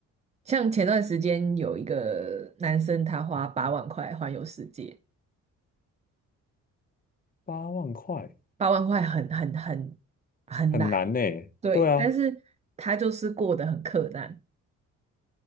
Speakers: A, on the right (about 25°); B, on the left (about 30°).
A: 像前段时间有一个男生，他花八万块环游世界，
B: 八万块
A: 八万块很很很很难，
B: 很难呢，
A: 对，
B: 对啊，
A: 但是他就是过得很克难，